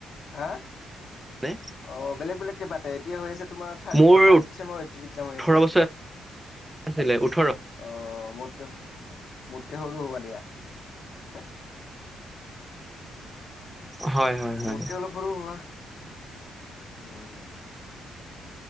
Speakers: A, on the left (about 55°); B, in the centre.
A: হা।
B: মানে
A: অ বেলেগ বেলেগ কিবাতে এতিয়া হৈ আছে। তোমাৰ থাৰ্ত
B: মোৰ
A: থাৰ্তচেমৰ একজাম
B: ওঠৰ
A: হৈ আছে
B: বছৰ আছিলে ওঠৰ
A: অ। মোতকে হ মোতকে সৰু হ'বা দিয়া। হে
B: হয় হয় হয়
A: মোতকে অলপ সৰু হ'বা। উম।